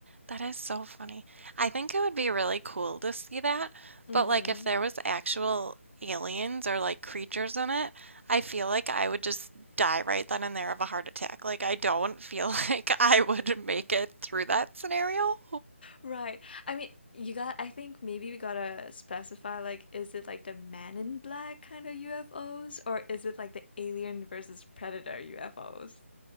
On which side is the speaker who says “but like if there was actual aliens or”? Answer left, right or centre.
Right